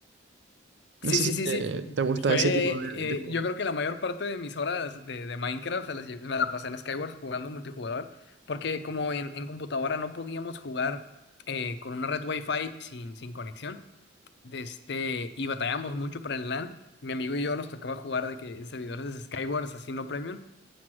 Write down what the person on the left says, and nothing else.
Sí,
sí,
sí,
sí.
Fue,
eh,
yo creo que la mayor parte de mis horas de, de Minecraft se las lle- me la pasé en Skyward jugando multijugador, porque como en, en computadora no podíamos jugar eh, con una red Wi-Fi sin, sin conexión, de este, y batallamos mucho para el LAN. Mi amigo y yo nos tocaba jugar de que en servidores de Skyward, así no premium.